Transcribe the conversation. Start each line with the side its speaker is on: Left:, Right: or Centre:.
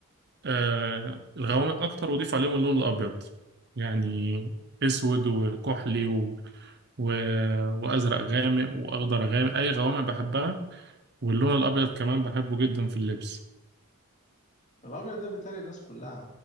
Right: آه الغوامق اكتر واضيف عليهم اللون الابيض يعني اسود وكحلي و... و... وازرق غامق واخضر غامق اي غوامق بحبها واللون الأبيض كمان بحبه جدا في اللبس
Left: الابيض ده بيتهيألي الناس كلها